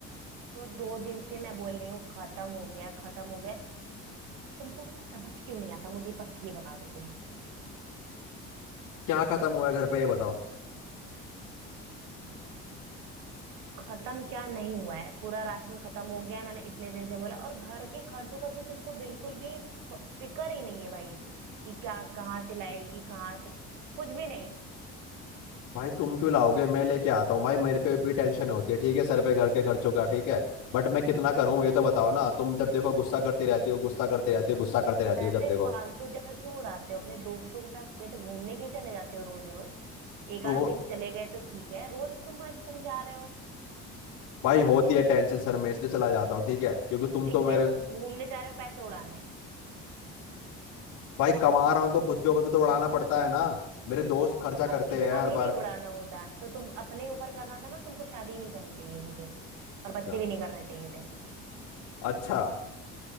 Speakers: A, on the right (about 90°); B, on the left (about 80°).
A: तो दो दिन से मैं बोल रही हूँ खत्म हो गया खत्म हो गया तुमको समझ क्यों नहीं आता मुझे बस ये बता दो तुम
B: क्या खत्म हुआ है घर पे ये बताओ
A: खत्म क्या नहीं हुआ है पूरा राशन खत्म हो गया है, मैंने इतने दिन से बोला और घर के खर्चों का तो तुमको बिल्कुल भी फ- फिक्र ही नहीं है भाई कि क्या कहाँ से लाएगी कहाँ से कुछ भी नहीं
B: भाई तुम क्यों लाओगे मैं लेके आता हूँ भाई मेरे पे भी टेंशन होती है ठीक है सर पे घर के खर्चों का ठीक है बट मैं कितना करूँ ये तो बताओ ना तुम जब देखो गुस्सा करती रहती हो गुस्सा करती रहती
A: तो
B: हो
A: तुम
B: गुस्सा करती रहती
A: पैसे
B: हो जब देखो
A: फालतू जगह क्यों उड़ाते हो अपने दोस्तों के साथ वैसे घूमने क्यों चले जाते हो रोज रोज एक
B: रो
A: आध दिन चले गए तो ठीक है रोज तुम आज तुम जा रहे हो
B: भाई होती है टेंशन सर मैं इसलिए चला जाता हूँ ठीक है क्योंकि तुम तो
A: इसलिए
B: मेरे
A: तुम घूमने जा रहे हो पैसे उड़ाने
B: भाई कमा रहा हूँ तो खुद के ऊपर भी तो उड़ाना पड़ता है ना मेरे दोस्त खर्चा करते
A: हाँ तो इतना
B: हैं हर
A: भी नहीं
B: बार
A: उड़ाना होता तो तुम अपने ऊपर करना था ना तुमको शादी ही नहीं करनी चाहिए थी फिर और बच्चे
B: क्या?
A: भी नहीं करने चाहिए थे
B: अच्छा